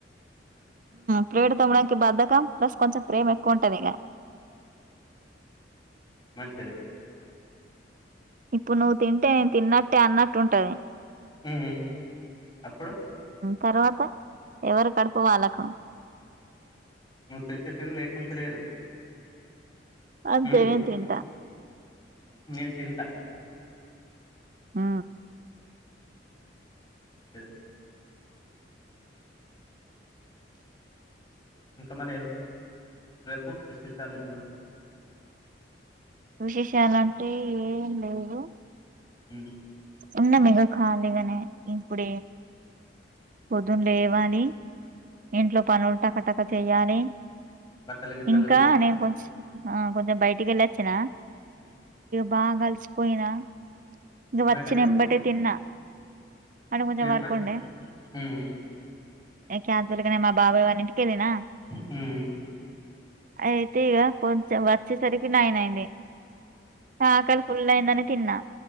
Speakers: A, on the right (about 45°); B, on the left (about 25°).
A: ప్లేట్లు తొమ్మడానికి బాదకం ప్లస్ కొంచెం ప్రేమ ఎక్కువ ఉంటాది ఇగ
B: మంచిదే
A: ఇప్పుడు నువ్వు తింటే నేను తిన్నట్టే అన్నట్టే ఉంటాది
B: ఉ అప్పుడు
A: తర్వాత ఎవరు కడుప వాళ్ళ కూ
B: నువ్వు తింటే తిని లేకుంటే లేదు
A: అంతే
B: హ్మ్
A: అ తింటా
B: నేను తింట
A: ఆ
B: మంచించిది ఇంకా మన ఎస్ ర విశేష చాల మన్నా
A: విశేషలంటే ఏం లేదు
B: హు
A: ఉన్నం ఇగ ఖాళీగానే ఇప్పుడ పొదున లేవాలి ఇంట్లో పనులు టకటక చెయాలి
B: బట్టలు గిట్టలు
A: ఇంకా నేను కొంచ ఆ కొంచెం బయటికి వెళ్ళ వచ్చిన
B: ఉ
A: బాగా కలిసిపోయినా ఇ వ వచ్చి
B: బయటకి
A: నెంబటే
B: ఎందుకు
A: తిన్నా అడ కొంచెం
B: ఏం
A: వర్కుండే
B: పని హ్మ్
A: కతలగానే మా బాబాయ్ వాళ్ళ ఇంటికి వెళ్ళినా
B: హ్మ్
A: అ అయితే ఇక కొంచెం వచ్చేసరికి నైన్ అయింది ఆ క ఫుల్లయిందని తిన్నా